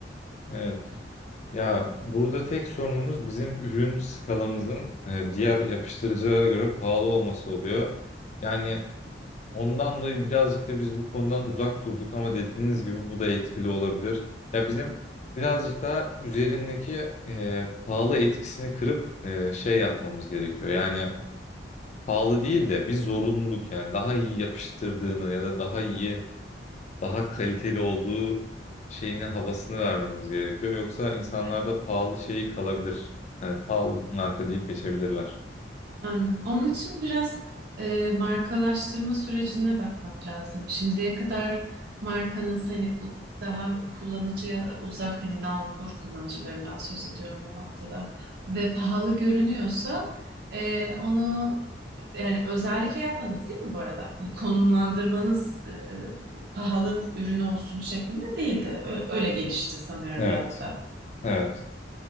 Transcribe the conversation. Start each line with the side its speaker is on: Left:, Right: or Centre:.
Left: evet. Ya burada tek sorunumuz bizim ürün skalamızın e, diğer yapıştırıcılara göre pahalı olması oluyor. Yani Ondan dolayı birazcık da biz bu konudan uzak durduk ama dediğiniz gibi bu da etkili olabilir. Ya bizim birazcık daha üzerindeki e, pahalı etkisini kırıp e, şey yapmamız gerekiyor. Yani pahalı değil de bir zorunluluk yani daha iyi yapıştırdığını ya da daha iyi, daha kaliteli olduğu şeyini havasını vermemiz gerekiyor. Yoksa insanlarda
Right: E,
Left: pahalı şeyi kalabilir. Yani pahalı marka deyip geçebilirler.
Right: Anladım. Onun için biraz e, markalaştırma sürecine bakmak lazım. Şimdiye kadar markanız hani u- daha kullanıcıya uzak hani nalbur kullanıcılarından söz ediyorum bu noktada ve pahalı görünüyorsa e, onu yani özellikle yapmanız değil mi bu arada? Hani konumlandırmanız e, pahalı ürün olsun şeklinde değildi. Ö- öyle gelişti sanıyorum
Left: Evet.
Right: biraz da.
Left: Evet.